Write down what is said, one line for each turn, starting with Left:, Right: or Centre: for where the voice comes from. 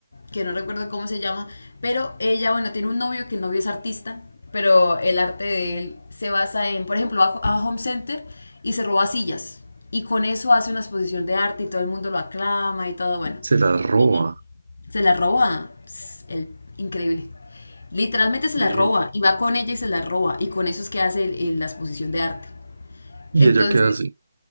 Left: que no recuerdo cómo se llama, pero ella, bueno, tiene un novio que el novio es artista, pero el arte de él se basa en, por ejemplo, va a Home Center y se roba sillas. Y con eso hace una exposición de arte y todo el mundo lo aclama y todo, bueno.
Right: Se la roba.
Left: Y se la roba, Pss, el, increíble. Literalmente se
Right: ey.
Left: la roba y va con ella y se la roba. Y con eso es que hace el- el- la exposición de arte.
Right: ¿Y
Left: Entonces,
Right: ella qué hace?